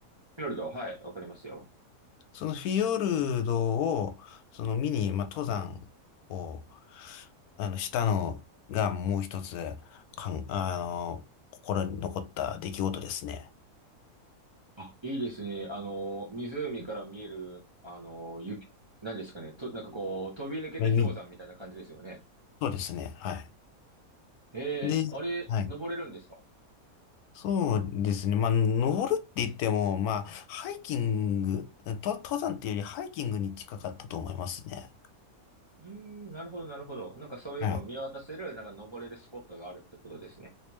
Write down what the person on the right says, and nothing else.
ィヨルド、はい、わかりますよ。
あ、いいですね。あの、湖から見える、あの、雪、何ですかね。と、なんかこう、飛び抜けた氷山みたいな感じですよね。
ええ、
あれ、
登れるんですか
うーん、なるほど、なるほど。なんかそういうのを見渡せる、
なんか登れるスポットがあるってことですね。